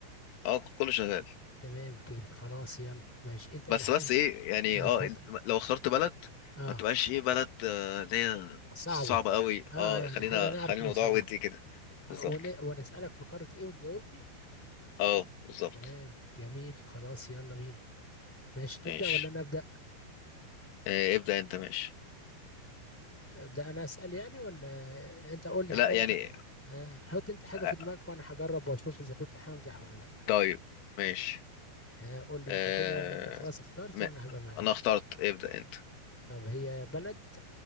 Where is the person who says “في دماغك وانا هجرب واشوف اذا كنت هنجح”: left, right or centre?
Centre